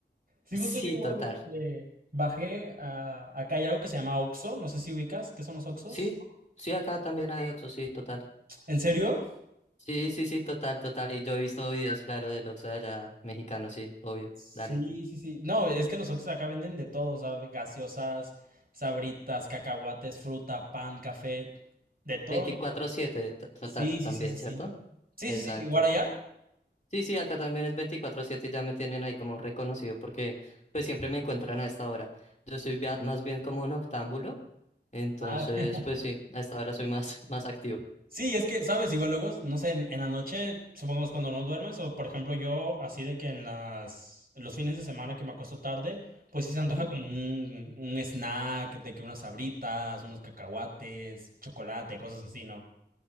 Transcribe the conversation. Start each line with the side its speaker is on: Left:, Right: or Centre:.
Left: <laughs>
Right: Sí,
Left: Sí,
Right: justo yo igual,
Left: total.
Right: este, bajé a, acá hay algo que se llama Oxxo, no sé si ubicas, ¿qué son los Oxxos?
Left: Sí, sí, acá también hay Oxxo, sí, total.
Right: ¿En serio?
Left: Sí, sí, sí, total, total. Y yo he visto videos, claro, del Oxxo de allá mexicano, sí, obvio.
Right: Sí,
Left: Dale.
Right: sí, sí. No, es que los Oxxos acá venden de todo, o sea, gaseosas, sabritas, cacahuates, fruta, pan, café, de todo
Left: veinticuatro
Right: lo que... te- imaginas.
Left: siete t- total,
Right: Sí,
Left: también,
Right: sí, sí, sí, sí.
Left: ¿cierto?
Right: Sí,
Left: Exacto.
Right: sí, sí, igual allá.
Left: Sí, sí, acá también es veinticuatro siete y ya me tienen ahí como reconocido porque pues siempre me encuentran a esta hora. Yo soy bia- más bien como un octámbulo, entonces
Right: Ah, <laughs>
Left: pues sí, a esta hora soy más, <laughs> más activo.
Right: Sí, es que, ¿sabes? Igual luego, no sé, en, en la noche, supongamos cuando no duermes, o por ejemplo yo, así de que en las, los fines de semana que me acuesto tarde, pues sí se antoja
Left: Ujú.
Right: como un, un snack, de que unas sabritas, unos cacahuates, chocolate, cosas así, ¿no?